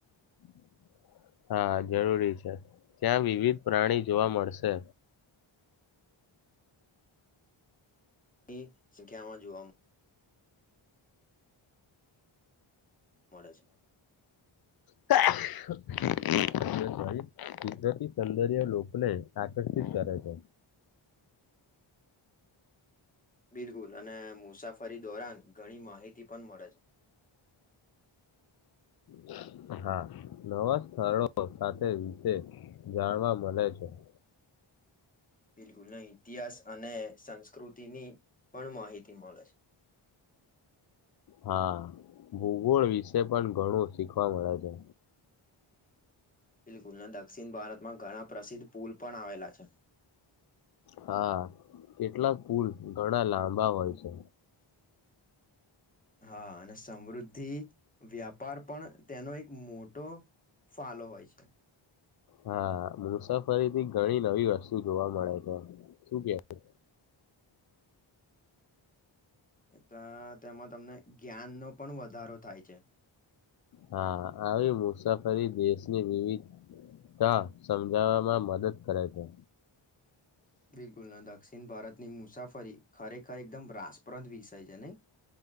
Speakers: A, on the left (about 50°); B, on the left (about 15°).
A: <inaudible> હા, જરૂરી છે. ત્યાં વિવિધ પ્રાણી જોવા મળશે.
B: ની સંખ્યામાં જોવા મ મળે છે.
A: <unintelligible> સર લોકોને આકર્ષિત કરે છે.
B: બિલકુલ, અને મુસાફરી દોરાન ઘણી માહિતી તી પણ મળે છે.
A: <unintelligible> હા, નવા સ્થળો સાથે વિશે જાણવા મળે છે. <inaudible>
B: બિલકુલ નઈ, ઇતિહાસ અને સંસ્કૃતિની પણ માહિતી મળે છે.
A: હા ભૂગોળ વિશે પણ ઘણું શીખવા મળે છે.
B: બિલકુલ, દક્ષિણ ભારતમાં ઘણા પ્રસિદ્ધ પુલ પણ આવેલા છે.
A: હા, કેટલા પુલ ઘણા લાંબા હોય છે.
B: હા, અને સમૃદ્ધિ વ્યાપાર પણ તેનો એક મોટો ફાલો હોય છે.
A: હા, મુસાફરીથી ઘણી નવી વસ્તુ જોવા મળે છે. શું કેઈ?
B: તો, તેમાં તમને જ્ઞાનનો પણ વધારો થાય છે.
A: હા, આવી મુસાફરી દેશની વિવિધતા સમજાવવામાં મદદ કરે છે.
B: બિલકુલના દક્ષિણ ભારતની મુસાફરી ખરેખર એકદમ રાસપ્રદ વિષય છે નહીં.